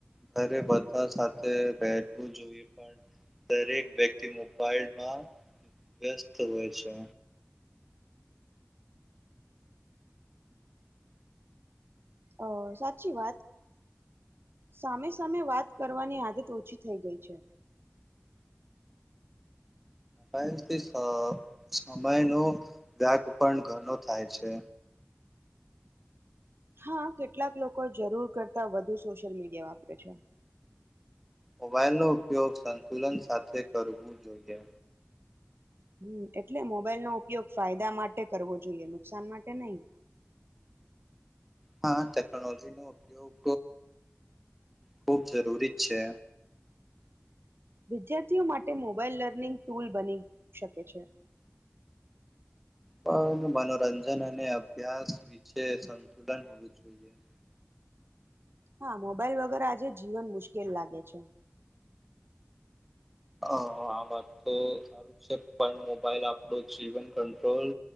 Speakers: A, in the centre; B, on the right.
A: ઘરે બધા સાથે બેઠવું જોઈએ પણ દરેક વ્યક્તિ મોબાઈલમાં વ્યસ્ત હોય છે.
B: અ સાચી વાત સામે સામે વાત કરવાની આદત ઓછી થઈ ગઈ છે.
A: મોબલથી સમયનોો વ્યાગ પણ ઘનો થાય છે.
B: હા કેટલાક લોકો જરૂર કરતા વધુ સોશિયલ મીડિયા વાપરે છે.
A: મોબાઈલનોો ઉપયોગ સંતુલન સાથે કરવું જોઈએ.
B: હુમ એટલે મોબાઈલ નો ઉપયોગ ફાયદા માટે કરવો જોઈએ નુકસાન માટે નહી.
A: હા ટેકનોલોજીનોો ઉપયોગ ખૂબ જરૂરી જ છે.
B: વિદ્યાર્થીઓ માટે મોબાાઈલ લર્નિંગ ટૂલ બની શકે છે.
A: પણ મનોરંજન અને અભ્યાસ વિશેે સંતુલન હોવું <inaudible>
B: હા મોબાઈલ વગર આજે જીવન મુશ્કેલ લાગે છે.
A: આ વાત તો સારું છે પણ મોબાઈલ આપણું જીવન કંટ્રોલ